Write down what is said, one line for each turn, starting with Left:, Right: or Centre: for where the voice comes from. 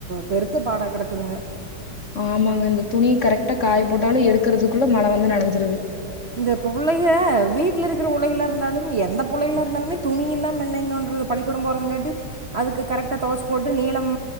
Right: பெருத்து பாடா கெடக்குதுங்க
Left: ஆமாங்க இந்த துணி கரெக்டா காய போட்டாலும் எடுக்கறிறதுக்குள்ள மழை வந்து நனைஞ்சிருது
Right: இந்த புள்ளைக வீட்ல இருக்கிற புள்ளைகளா இருந்தாலும் எந்த புள்ளைகளா இருந்தாலுமே துணியில்லாம என்னங்க பண்றது பள்ளிக்கூடம் போகறதுங்காட்டி அதுக்கு கரெக்டா துவைச்சு போட்டு நீளம்